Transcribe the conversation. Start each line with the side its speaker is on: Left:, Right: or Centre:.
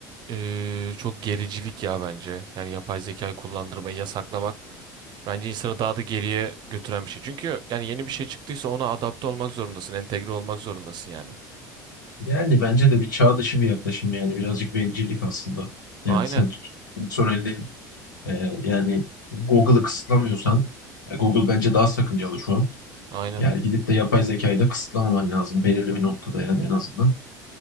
Right: eee, çok gericilik ya bence. Yani yapay zekayı kullandırmayı yasaklamak bence insanı daha da geriye götüren bir şey. Çünkü yani yeni bir şey çıktıysa ona adapte olmak zorundasın, entegre olmak zorundasın yani.
Left: Yani bence de bir çağ dışı bir yaklaşım yani birazcık bencillik aslında.
Right: Aynen,
Left: Yani sen personelin e, yani Google'ı kısıtlamıyorsan e, Google bence daha sakıncalı şu an.
Right: aynen,
Left: Yani gidip de yapay zekayı da kısıtlamaman lazım belirli bir noktada yani en azından.